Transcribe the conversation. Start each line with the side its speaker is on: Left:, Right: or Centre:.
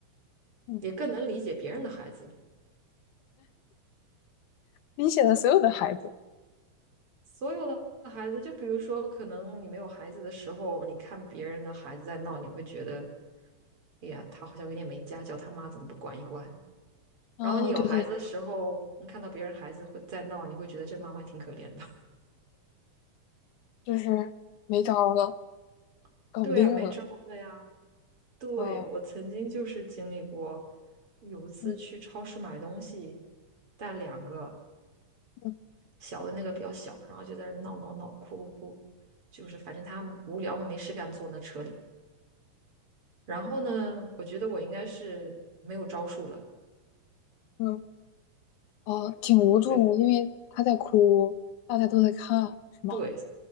Left: 嗯，
Right: 也更能理解别人的孩子了。
Left: 理解了所有的孩子。
Right: 所有的孩子，就比如说，可能你没有孩子的时候，你看别人的孩子在闹，你会觉得，哎呀，他好像有点没家教，他妈怎么不管一管？然后你有孩子的时候，
Left: 啊，对对
Right: 你看到别人孩子会在闹，你会觉得这妈妈挺可怜的。
Left: 就是没招儿了，
Right: <laughs>
Left: 搞不定了。
Right: 对啊，没招儿的呀。对，
Left: 哦，
Right: 我曾经就是经历过，有一次去超市买东西，
Left: 嗯
Right: 带两个
Left: 嗯
Right: 小的那个比较小，然后就在那儿闹闹闹、哭哭哭，就是反正他们无聊嘛，没事干坐那车里。然后呢，我觉得我应该是没有招数了，
Left: 嗯，哦，挺无助，
Right: 所以我
Left: 因为他在哭，大家都在看，是吗？
Right: 对